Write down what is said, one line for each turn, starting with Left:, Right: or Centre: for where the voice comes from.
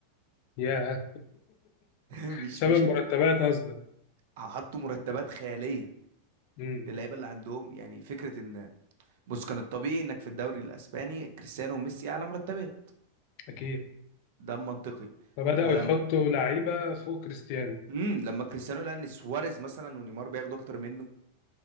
Left: يا <laughs>
Right: <laughs> مش
Left: سبب
Right: مش
Left: مرتبات قصدك
Right: حطوا مرتبات خياليه
Left: امم
Right: للعيبه اللي عندهم يعني فكره ان بص كان الطبيعي انك في الدوري الاسباني كريستيانو وميسي اعلى مرتبات
Left: اكيد
Right: ده منطقي
Left: فبداوا
Right: فلما
Left: يحطوا لعيبه فوق كريستيانو
Right: امم لما كريستيانو لقى ان سواريز مثلا ونيمار بياخدوا اكتر منه